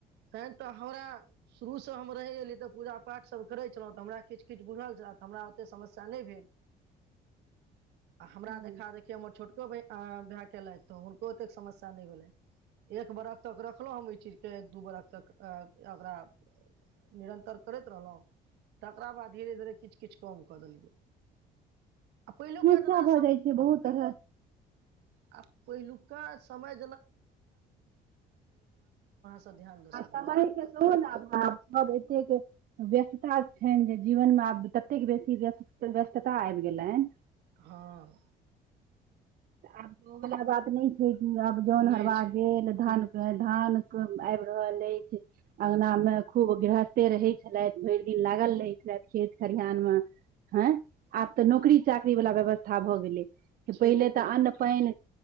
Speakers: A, on the right (about 80°); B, on the right (about 60°).
A: त तऽ हमरा शुरू हम रहहि एली तऽ पूजाठ सब करे छलहुँंऽ हमरा किछु किछु बुझल छल हमरा ओते समस्या नहि भेल आ
B: हँ
A: हमरा देखा देखे मे छोट भाय केलथि तऽ हुनको ओतेक समस्या नहि भेलनि एक बरक तक रखलो ह हम ओहि चीज के एक दू बरख तक अ ओकरा निरंतर करैत रहलहुँ तकरा बाद धीरे धीरे किछु किछु कम कऽ देलियै आ पहिलुका
B: सछा
A: जेना
B: भऽ जाइ छै बहुत तरह
A: आब पहिलुका समय <unintelligible>
B: आ
A: सकबै
B: समर ज ने एत व्यस्तता छनि जे जीवनमे आब ततेक बेसी व्यस्त व्यस्तता आबि गेलनि
A: हँ
B: आब ओ वला बात नहि छै आब जन
A: नहि
B: हरबा
A: छै
B: गेल धान धान आबि रहल अछि अङगना मे खूब गृहस्थे रहै छलथि भरि दिन लागल रहै छलथि खेत खलहान मे हँ आब तऽ नौकरी चाकरी वालला व्यवस्था भऽ गेलै
A: छैहे
B: एप इल त
A: कि
B: अन्न पान